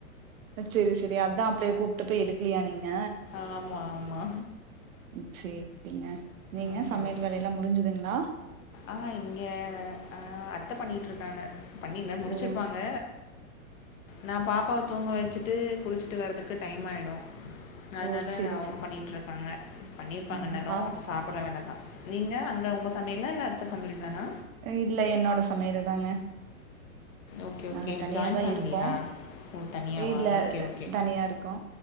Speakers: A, on the right; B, on the left.
A: சரி சரி அதா அப்லே கூப்ட்டப்ப போய் எடுக்கலியா நீங்க
B: ஆமா ஆமா
A: ஏ சேரிங்க நீங்க
B: ஓகே
A: சமையல்
B: ஓகே
A: வேலையெல்லா முடிஞ்சுதுங்களா
B: ஆ இங்க ஆ அத்த பண்ணிட்ருக் பண்ணி இன்ன முடுச்சிருப்பாங்க
A: ஓ
B: நா பாப்பாவ தூங்க வச்சுட்டு குளுச்சுட்டு வர்றதுக்கு டைம் ஆயிடு அதனால
A: ஓ செரி
B: அவங்க
A: செரி
B: பண்ணிட்டு இருக்காங்க பண்ணிருப்பாங்க
A: ம்
B: இந்நேரோ
A: பாப்
B: சாப் நீங்க அங்க உங்க சமையல்லா இல்ல அத்த சமையல் தானா
A: இல்ல என்னோட சமையல் தாங்க
B: ஓகே
A: நாங்க
B: ஓகே
A: தனியாதா
B: ஜாயிண்ட் ஃபேமிலியா
A: இருக்கோ
B: ஓ தனியாவா
A: இல்ல
B: ஓகே ஓகே
A: தனியா இருக்கோ